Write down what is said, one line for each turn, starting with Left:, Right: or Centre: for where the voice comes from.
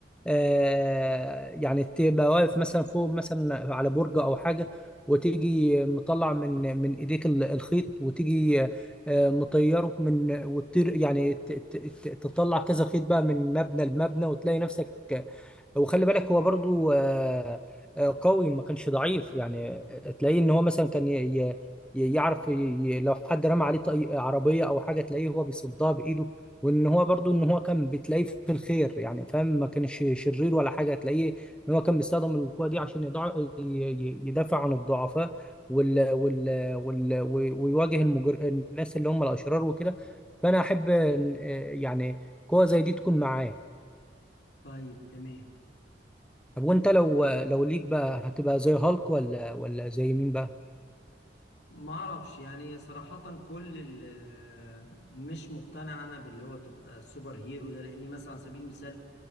Centre: آه يعني تبقى واقف مثلا فوق مثلا على برج او حاجه وتيجي مطلع من من ايديك ال- الخيط وتيجي آه مطيره من وتطير يعني ت- ت- ت- تطلع كذا خيط بقى من مبنى لمبنى وتلاقي نفسك وخلي بالك هو برضو آه، آه، قوي ما كانش ضعيف يعني آه، تلاقيه ان هو مثلا كان ي- ي- يعرف ي- ي- لو حد رمى عليه طي- عربية او حاجة تلاقيه هو بيصدها بايده وان هو برضو ان هو كان بتلاقيه في الخير يعني فاهم ما كانش شرير ولا حاجة تلاقيه ان هو كان بيستخدم القوة دي عشان يضع- ي- ي- يدافع عن الضعفاء وال وال وال ويواجه المجر... الناس اللي هم الاشرار وكده فانا احب إن- آه، يعني قوة زي دي تكون معايا
Left: طيب تمام
Centre: طب وانت لو لو ليك بقى هتبقى زي هالك ولا ولا زي مين بقى
Left: ما اعرفش يعني صراحة كل ال- مش مقتنع انا باللي هو تبقى سوبر هيرو ده لاني مثلا على سبيل المثال